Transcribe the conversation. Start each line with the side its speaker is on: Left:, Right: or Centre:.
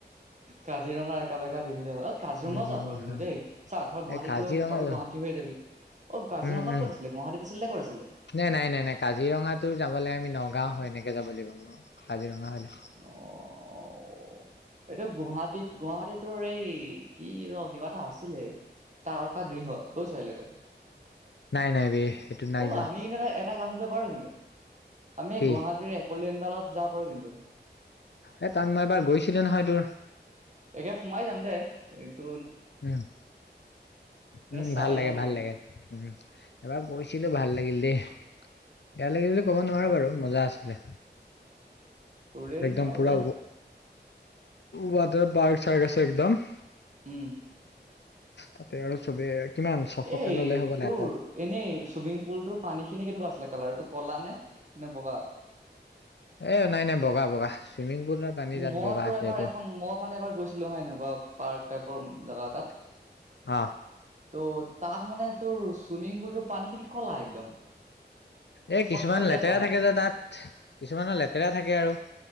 Right: কাজিৰঙা একা বেকা দীঘলীয়া হলত কাজিৰঙাও
Left: উম
Right: যাব
Left: উম
Right: পাৰ কিন্তু
Left: হা।
Right: দেই, চা ধৰ গুৱাহাটীতো,
Left: এই কাজিৰঙা
Right: তইতো
Left: যাম
Right: গুৱাহাটী হৈ যাবি অ', কাজিৰঙাখন
Left: উম উম
Right: কত আছিলে? গুৱাহাটীত আছিলে নে কত আছিলে?
Left: নাই নাই নাই নাই, কাজিৰঙাটো যাবলৈ আমি নগাঁও হয় নেকি যাব লাগিব মোৰ, কাজিৰঙা হলে।
Right: অ'। এইটো গুৱাহাটীত গুৱাহাটীত তোৰ এই কি ৰ', কিবা এটা আছে ছিলে, তাৰকা গৃহ, গৈছ আজিলৈকে?
Left: নাই নাই বে এইটোত নাই
Right: অ',
Left: যোৱা
Right: আমি <unintelligible> এটা কাম <unintelligible> কিন্তু, আমি
Left: কি
Right: গুৱাহাটীৰ একলাণ্ডত যাব পাৰো কিন্তু।
Left: এ তাত মই এবাৰ গৈছিলো নহয় তোৰ
Right: একে সোমাই যাম দে, এইটো
Left: উম, উম,
Right: চাই
Left: ভাল লাগে,
Right: যাম অলপমান
Left: ভাল লাগে। উ, এবাৰ গৈছিলো ভাল লাগিল দে বেয়া লাগে বুলি ক'ব নোৱাৰো বাৰু মজা আছিলে।
Right: তোৰে
Left: একদম
Right: দিন আৰু
Left: পুৰা
Right: দে।
Left: ৱাটাৰ পাৰ্ক চাৰ্ক আছে একদম।
Right: উম।
Left: তাতে আৰু চবে কিমান ছশকে
Right: এই
Left: ললে হ'ব নাই
Right: তোৰ
Left: তাৰ
Right: এনেই চুইমিং পুলটোৰ পানী খিনি কেনেকুৱা আছিলে, কালাৰতোক কলা নে, নে বগা?
Left: এ নাই নাই, বগা বগা। চুইমিং পুলৰ পানী তাত
Right: মইতো
Left: বগা আছে
Right: এবাৰ
Left: এইটো
Right: এখন মই মানে এবাৰ গৈছিলো হা এনেকুৱা পাৰ্ক টাইপৰ জোগা এটাত
Left: <inaudible>
Right: ত' তাত মানে তোৰ চুইমিং পুলটোৰ পানী খিনি কলা একদম।
Left: এ
Right: খট
Left: কিছুমান
Right: খটীয়া
Left: লেতেৰা
Right: ক'লা
Left: থাকে যে তাত, কিছুমানৰ লেতেৰা থাকে আৰু